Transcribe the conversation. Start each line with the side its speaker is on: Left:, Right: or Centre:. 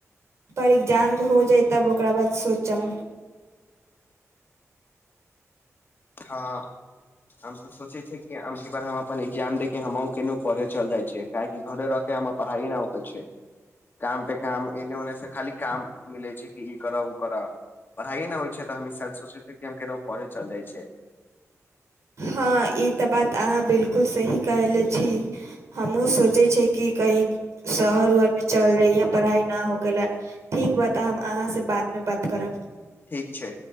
Right: पर एग्जाम जे हो जाई तब ओकरा बाद सोचम
Left: हँ हम त सोचै छियै कि अमकिबार हम अपन एग्जाम दे के हमहुँ केनहु पढ़े चलि जाइ छियै काहेकि घरे र मे हमर पढ़ाईए न हो पाई छै काम पे काम एने ओने से खाली काम मिलै छै कि ई करऽ ओ करऽ पढ़ाइए नई होइ छै तऽ हम ईसाल सोचैत छियै कि हम केनहु पढ़य चलि जाइत छै
Right: हँ ई तऽ बात अहाँ बिलकुल सही कहले छी हमहुं सोचै छी कि कहीं शहर उहर मे चल जइह पढ़ाई ना होखेला ठीक बता हम अहाँ से बाद मे बात करब
Left: ठीक छै